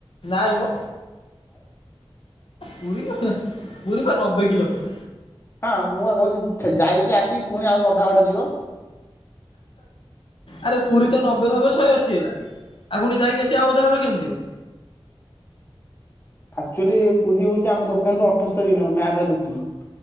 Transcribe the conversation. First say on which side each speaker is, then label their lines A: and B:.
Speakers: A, on the left; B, on the left.
A: ନାଇ ଆ ପୁରୀ ହେ ପୁରୀ ପା ନବେ କିଲୋମିଟର।
B: ହଁ ମୁଁ ପା କହୁଛି ଯାଇକି ଆସିକି ପୁଣି ଆଉ ଅଧା ବାଟ ଯିବ।
A: ଆରେ ପୁରୀ ତ ନବେ ନବେ ଶହେ ଅଶୀ ହେଲା। ଆଉ ପୁଣି ଯାଇକି ସେ ଅଧା ବାଟ କେମିତି ଯିବ।
B: ଆକ୍ଚୁଆଲି ପୁରୀ ହଉଛି ଆମ ଦୋକାନଠୁ ଅଠସ୍ତୁରୀ କିଲୋମେଟର ଦ ମ୍ୟାପରେ ଦେଖୁଥିଲି।